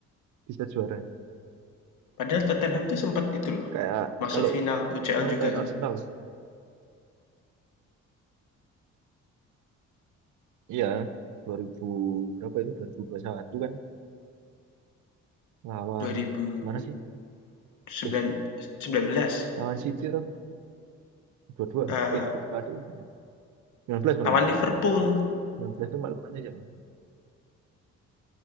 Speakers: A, on the right; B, on the left.
A: bisa juara.
B: padahal Tottenham tuh sempet itu loh,
A: Kayak
B: masuk
A: kalau
B: final UCL
A: tahu
B: juga
A: kayak
B: kan,
A: Arsenal. sih. Iya. 2000 berapa itu 2021 kan lawan
B: 2009
A: mana sih? Eh
B: s 19,
A: lawan City atau apa? 22.
B: eee,
A: Eh 22 tuh 19 malah.
B: lawan Liverpool.
A: 19 tuh malah lawannya siapa?